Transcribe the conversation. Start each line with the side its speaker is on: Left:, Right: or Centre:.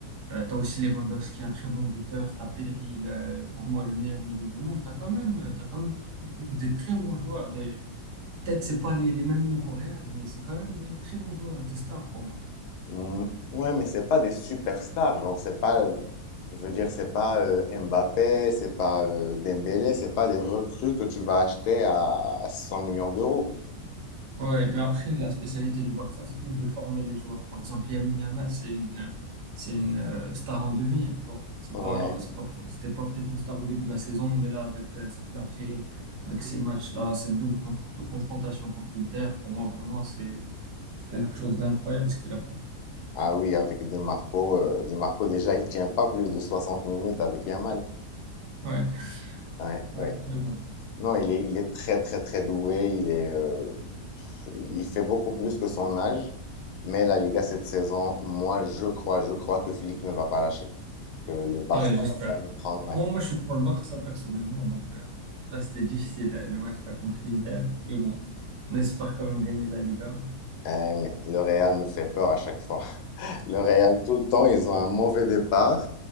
Right: Euh, t'as aussi Lewandowski, un très bon buteur. T'as Pedri, le- pour moi le meilleur milieu du monde. T'as quand même, euh, t'as quand même des très bons joueurs. Des... Peut-être c'est pas les, les mêmes noms qu'au Real, mais c'est quand même des très bons joueurs, des stars pour moi.
Left: Mm, ouais, mais c'est pas des superstars, genre, c'est pas euh, Je veux dire, c'est pas euh, Mbappé, c'est pas euh, Dembélé, c'est pas des recrues que tu vas acheter à 100 millions d'euros.
Right: Ouais, mais après, la spécialité du Barça, c'est plus de former les joueurs. Par exemple, Lamine Yamal, c'est une, c'est une euh, star en devenir, tu vois. C'est
Left: Ouais.
Right: pas, c'est pas, peut- c'était pas peut-être une star au début de la saison, mais là, avec euh, ce qu'il a fait, avec ces matchs-là, cette double contre- euh, confrontation contre l'Inter, pour moi, vraiment, c'est, c'est quelque chose d'incroyable ce qu'il a fait.
Left: Ah oui, avec Di Marco, euh, Di Marco déjà il tient pas plus de 60 minutes avec Yamal.
Right: Ouais,
Left: Ouais,
Right: ouais,
Left: ouais.
Right: mais bon.
Left: Non, il est, il est très très très doué, il est, euh, il fait beaucoup plus que son âge. Mais la Liga cette saison, moi je crois, je crois que Flick ne va pas lâcher, que le Barça
Right: Ouais, j'espère.
Left: va vraiment prendre. ouais.
Right: Moi, moi, je suis pour le Barça personnellement, donc euh, là, c'était difficile, euh, le match là contre l'Inter, mais bon, on espère quand même gagner la Liga.
Left: Eh, mais le Real me fait peur à chaque fois. <laughs> Le Real, tout le temps, ils ont un mauvais départ.